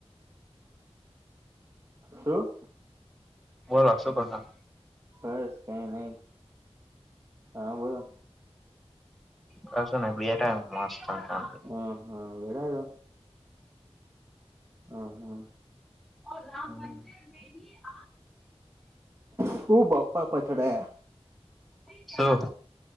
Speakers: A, on the right (about 25°); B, in the centre.
A: શું?
B: બોલો શું પ્રસંગ?
A: બસ કઈ નહી હા બોલો
B: પ્રસંગ બે ટાઈમ મસ્ત કામ ક
A: હા, હા, વેડા હ હા.
B: હા
A: સુ બપ્પા પછડે
B: સોં